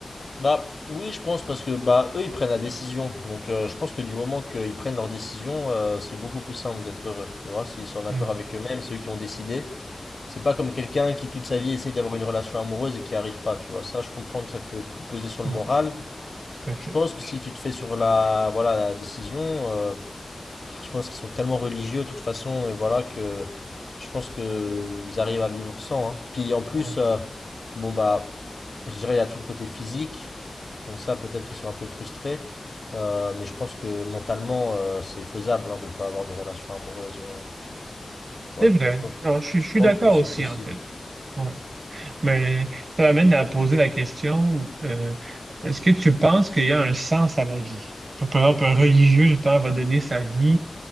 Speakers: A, on the left; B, on the right.
A: Bah oui, je pense parce que bah eux ils prennent la décision. Donc euh, je pense que du moment qu'ils prennent leur décision, euh, c'est beaucoup plus simple d'être heureux. Tu vois, s'ils sont en accord
B: Hmm,
A: avec eux-mêmes, c'est eux qui ont décidé. C'est pas comme quelqu'un qui toute sa vie essaye d'avoir une relation amoureuse et qui arrive pas. Tu vois, ça je comprends que ça peut peser sur le
B: ouais,
A: moral.
B: tout à fait.
A: Je pense que si tu te fais sur la voilà la décision, euh, Oh, Je pense qu'ils sont tellement religieux de toute façon et voilà que je pense que ils arrivent à vivre sans. hein. Puis en plus,
B: Ouais.
A: euh, bon bah, je dirais il y a tout le côté physique. Donc ça, peut-être ils sont un peu frustrés. Euh, mais je pense que mentalement, euh, c'est faisable hein, de pas avoir de relation amoureuse. euh. Ouais,
B: C'est vrai.
A: je pense,
B: Non, je, suis
A: je
B: je suis
A: pense
B: d'accord
A: que c'est
B: aussi,
A: possible.
B: en fait. Ouais. Mais ça m'amène à poser la question, euh, est-ce que tu penses qu'il y a un sens à la vie? Par exemple, un religieux, justement, va donner sa vie